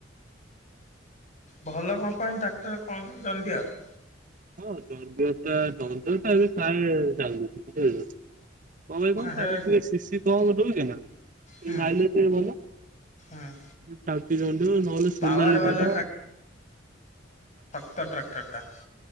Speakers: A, on the left; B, on the right.
A: ଭଲ କର୍ମ୍ପାନୀ ଟ୍ରାକ୍ଟର କଣ ଜଣ୍ଡିୟାର?
B: ହଁ ଜଣ୍ଡିୟର ଟା ଜଣ୍ଡିୟର ଟା ପ୍ରାୟ ଚାଲୁନି। ବୁଝି ପାଇଲେ? କଣ ପାଇଁ କହନି
A: ହୁଁ
B: ସିସି କଣ ଦଉଚିନା
A: ହୁଁ
B: ଖାଇଲି। କିଏ ଭଲ?
A: ହୁଁ
B: <unintelligible> ନହେଲେ ସୋନାଲି
A: ପାୱାର ବାଲା
B: ଟାଟା।
A: ତା ଟ୍ରାକ୍ଟରଟା।